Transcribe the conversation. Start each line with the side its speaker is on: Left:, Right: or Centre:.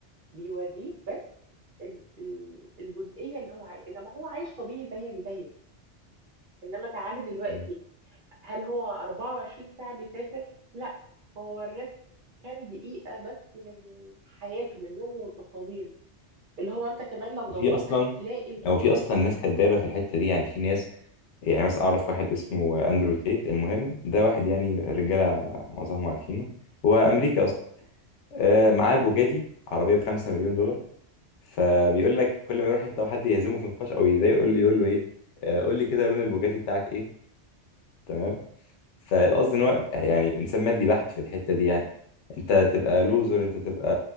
Right: بيوريك بس ال- ال- الجزئية اللي هو عايش انما هو عايش طبيعي زيك زيه انما تعالى دلوقتي
Left: مم.
Right: هل هو 24 ساعة بيسافر؟ لا هو وراك كام دقيقة بس من حياته من يومه الطويل اللي هو انت كمان لو دورت
Left: في اصلا
Right: هتلاقي لنفسك
Left: او في اصلا ناس كدابه في الحته دي يعني في ناس يعني مثلا اعرف واحد اسمه اندرو تيت المهم ده واحد يعني رجاله معظمهم عارفينه هو امريكا
Right: مم.
Left: اصلا آه، معاه بوجاتي عربيه بخمسة مليون دولار فبيقول لك كل ما يروح حته وحد يهزمه في نقاش او يضايقه يقول له يقول له ايه آه، قول لي كده لون البوجاتي بتاعك ايه تمام
Right: مم.
Left: فالقصد ان هو يعني انسان مادي بحت في الحته دي يعني انت تبقى لوزر انت تبقى